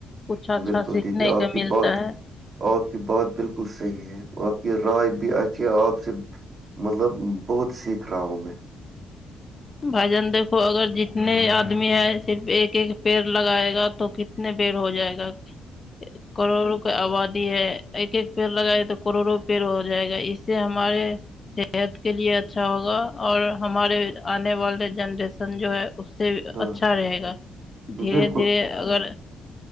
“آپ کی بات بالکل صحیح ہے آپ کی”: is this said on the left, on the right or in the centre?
Right